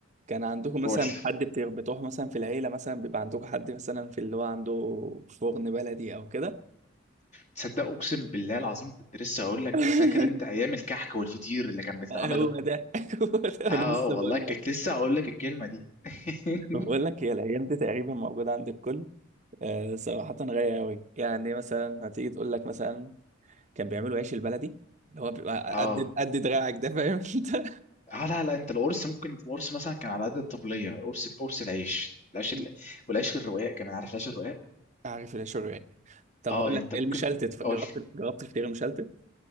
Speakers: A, on the right (about 35°); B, on the left (about 35°).
A: كان عندكم
B: قول
A: مثلا
B: لي
A: حد بت- بتروح مثلا في العيلة مثلا بيبقى عندكم حد مثلا في اللي هو عنده فرن بلدي او كده
B: تصدق اقسم بالله العظيم كنت لسه هقول لك
A: <laughs>
B: فاكر انت ايام الكحك والفطير اللي كان بيتعمله
A: هو ده <laughs> هو ده انا
B: اه آه،
A: لسه
B: والله
A: بقول
B: كنت
A: لك
B: لسه هقول لك الكلمه دي <laughs>
A: بقول لك هي الايام دي تقريبا موجودة عند الكل أه صراحة غاية قوي يعني مثلا هتيجي تقول لك مثلا كان بيعملوا عيش البلدي اللي هو بيبقى
B: اه
A: قد قد دراعك ده فاهم انت
B: اه لا لا انت القرص ممكن القرص مثلا كان على قد الطبليه قرص قرص العيش العيش
A: مم.
B: ال... والعيش الرقاق كمان عارف العيش الرقاق
A: عارف العيش الرقاق طب
B: اه
A: هقول
B: يعني
A: لك
B: انت
A: إيه،
B: ممكن
A: المشلتت
B: قول
A: جربت
B: لي
A: جربت الفطير المشلتت